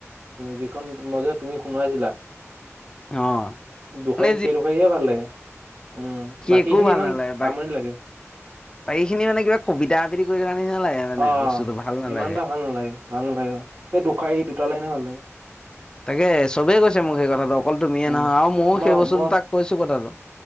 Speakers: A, on the right (about 60°); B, on the left (about 15°).
A: যিখন মই যে তুমি শুনোৱাইছিলা।
B: অ'
A: দুসাৰী
B: মানে যি
A: সে দুসাৰীহে ভাল লাগে উম বাকী
B: একো
A: খিনি
B: ভাল
A: ইমান
B: নালাগে
A: আমনি লাগে।
B: বা এইখিনি মানে কিবা কবিতা আবৃত্তি কৰি থকা নিচিনা লাগে মানে
A: অ
B: বস্তুটো ভাল নালাগে
A: ইমান এটা ভাল নালাগে ভাল নালাগে অ সেই দুসাৰী দুটা লাইনে ভাল লাগে
B: তাকে চবেই কৈছে মোক সেই কথাতো অকল তুমিয়ে
A: উম
B: নহয় আৰু ময়ো
A: ম
B: সেই বস্তুটো
A: ম
B: তাক কৈছো কথাটো